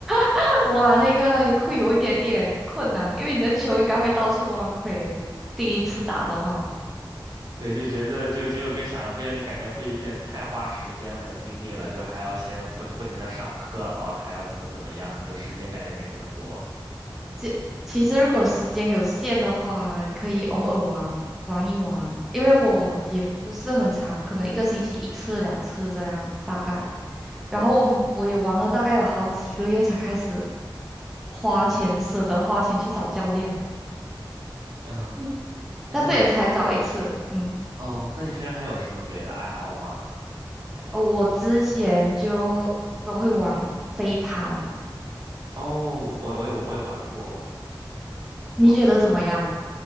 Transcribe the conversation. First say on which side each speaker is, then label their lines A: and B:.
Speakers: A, in the centre; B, on the right.
A: <laughs> 哇，那个会有一点点困难，因为你的球应该会到处乱飞。第一次打的话。
B: 对，就觉得就结果跟想的不一样，就感觉会有点太花时间和精力了，就还要先不不停的上课，然后还要怎么怎么样，就时间感觉没那么多。
A: 就其实如果时间有限的话，可以偶尔玩玩一玩，因为我也不是很长，可能一个星期一次两次这样大概。然后我我也玩了大概有好几个月才开始花钱，舍得花钱去找教练。
B: 嗯，
A: 嗯，
B: 哎，
A: 但是也才找一次。
B: 那你，
A: 嗯，
B: 哦，那你平常还有什么别的爱好吗？
A: 我之前就都会玩飞盘，
B: 哦，我我有我有玩过，
A: 你觉得怎么样？
B: 我操，